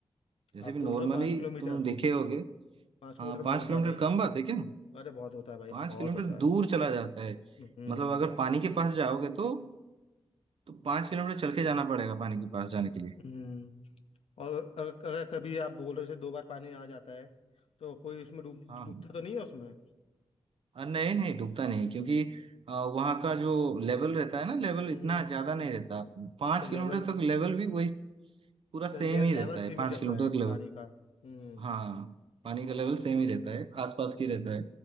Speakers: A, on the right; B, on the left.
A: जैसे
B: आप
A: भी
B: तो
A: नॉर्मली
B: बोल रहे हो पाँच किलोमीटर
A: तुम देखे होगे
B: पाँच किलोमीटर
A: हाँ
B: बहुत
A: पांच
B: होता
A: किलोमीटर
B: है भाई
A: कम बात है क्या
B: अरे बहुत होता है भाई
A: पांच
B: बहुत
A: किलोमीटर
B: होता है
A: दूर चला जाता है
B: हम्म
A: मतलब अगर पानी के पास जाओगे तो तो पांच किलोमीटर चल के जाना पड़ेगा पानी के पास जाने के लिए
B: हम्म और अगर, अगर कभी आप बोल रहे हो जैसे दो बार पानी आ जाता है तो कोई उसमें डूब
A: हाँ
B: डूबता
A: हाँ।
B: तो नहीं है उसमें
A: और नहीं नहीं डूबता नहीं क्योंकि आ, वहाँ का जो लेवल रहता है ना लेवल
B: हम्म
A: इतना
B: हम्म।
A: ज्यादा नहीं रहता पांच
B: तो लेवल
A: किलोमीटर तक लेवल भी वही पूरा
B: तो
A: सेम
B: ले,
A: ही
B: लेवल
A: रहता है
B: सेम
A: पांच
B: ही चल
A: किलोमीटर
B: रहा है
A: तक
B: पानी का हम्म
A: हाँ पानी का लेवल
B: अच्छा
A: सेम ही रहता है आसपास
B: नहीं
A: की रहता है